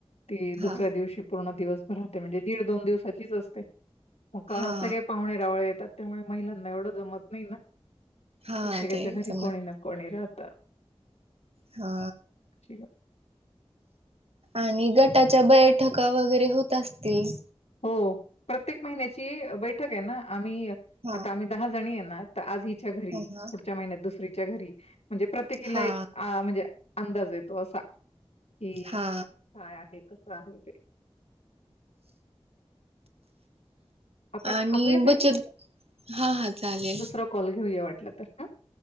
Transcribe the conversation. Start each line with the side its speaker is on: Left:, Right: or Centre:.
Left: ती दुसऱ्या
Right: हा
Left: दिवशी पूर्ण दिवसभ रहातो म्हणजे दीड दोन दिवसाचीच असते मग
Right: हा
Left: सगळे पाहुणे रावळे येतात. त्यामुळे महिलांना एवढं जमत नाही ना,
Right: हा
Left: प्रत्येकाच्या
Right: ते
Left: घरी
Right: जमत
Left: कोणी ना कोणी राहत.
Right: हा.
Left: अशी
Right: आणि गटाच्या बैठका वगैरे होत असतील?
Left: हो प्रत्येक महिन्याची बैठक आहे ना आम्ही
Right: हा
Left: आता आम्ही दहा जणीये ना तर आज हीच्या घरी,
Right: हा
Left: पुढच्या महिन्यात दुसरीच्या घरी म्हणजे प्रत्येकीला
Right: हा
Left: एक आ म्हणजे अंदाज येतो असा कि
Right: हा
Left: काय आहे कस आहे ते. आपण
Right: आणि
Left: थांबूया ताई!
Right: बचत हा हा चालेल
Left: दुसरा कॉल घेऊया वाटलं तर हा.